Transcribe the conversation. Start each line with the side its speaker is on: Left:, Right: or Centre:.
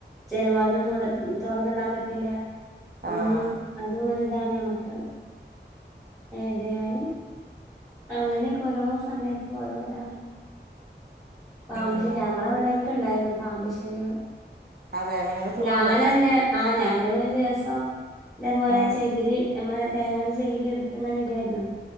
Centre: ജനവാതിലൊന്നുവ്ടെ തൊർന്നിടാൻ പറ്റില്ല ഒന്നും
Right: ആഹ്
Centre: അതും ഒരിതാണ് നമ്മക്ക് ഏതായാലും അങ്ങനൊക്കെ ഓരോ സമയത്തും ഓരോ താണ് പാമ്പു
Right: ഉം
Centre: ശല്യം ഞങ്ങളെ ഇവിടൊക്കെ ണ്ടായിര്ന്നു പാമ്പു ശല്യങ്ങള്
Right: അതെ നിങ്ങളെ വീട്ടില്
Centre: ഞാനെന്നെ
Right: പാമ്പ് വന്നോ
Centre: ആഹ് ഞാൻന്ത ഒരു ദിവസം ഇതേപോലെ
Right: ഉം
Centre: ചെകിരി നമ്മള തേങ്ങൻ ചെകിരി എടുത്ത് ഇങ്ങനെ ഇടു ആയിരുന്നു